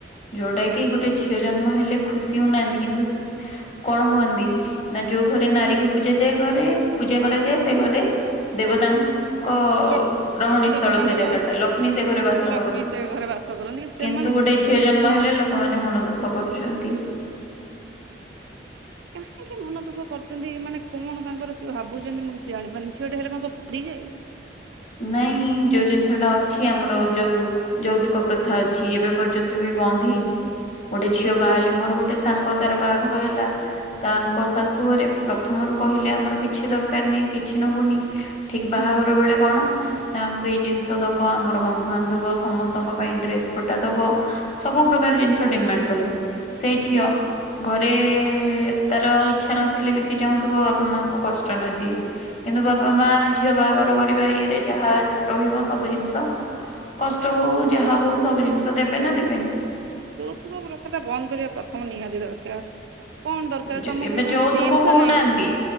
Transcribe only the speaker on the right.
ଲ
ଦେବତାଙ୍କର
ଲକ୍ଷ୍ମୀ
ସେ ଘରେ ବାସ କରନ୍ତି କି ସେମାନେ
ବୁଝି
ପାରୁନାହାନ୍ତି।
କାହିଁକି ମନ ଦୁଃଖ କରିଛନ୍ତି ମାନେ କଣ ତାଙ୍କର ସିଏ ଭାବୁଛନ୍ତି ମୁଁ କିଛି ଜାଣିପାରୁନି ଝିଅଟେ ହେଲେ କଣ ସବୁ ପଡିଯାଏ?
ହଁ।
ହୁଁ
ହଁ
ଯୌତୁକ ପ୍ରଥାଟା ବନ୍ଦ କରିବା ପ୍ରଥମ ନିହାତି ଦରକାର। କଣ ଦରକାର
ତମ
ଘରେ କଣ
କିଛି ଜିନିଷ
ନାହିଁ।